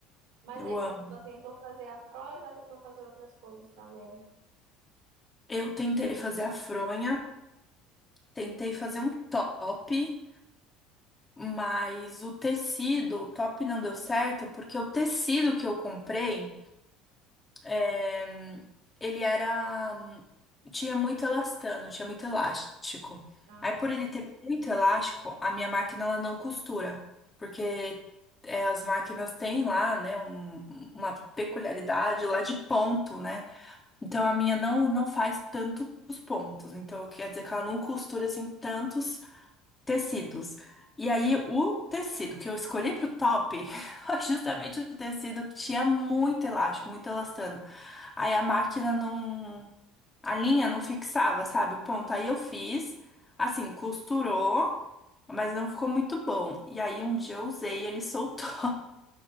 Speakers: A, on the right; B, on the left.
A: Mas
B: Eu
A: aí você
B: amo.
A: só tentou fazer afro ou já tentou fazer outras coisas também?
B: Eu tentei fazer a fronha, tentei fazer um top, mas o tecido, o top não deu certo, porque o tecido que eu comprei. É, ele era. Tinha muito elastano, tinha muito elástico.
A: Ah,
B: Aí, por ele ter muito elástico, a minha máquina ela não costura. Porque é, as máquinas têm lá, né, um- uma peculiaridade lá de ponto, né? Então a minha não, não faz tantos pontos. Então quer dizer que ela não costura assim tantos Tecidos. E aí, o tecido que eu escolhi pro top <laughs> foi justamente o tecido que tinha muito elástico, muito elastano. Aí a máquina não. A linha não fixava, sabe? O ponto. Aí eu fiz, assim, costurou, mas não ficou muito bom. E aí um dia eu usei e ele soltou.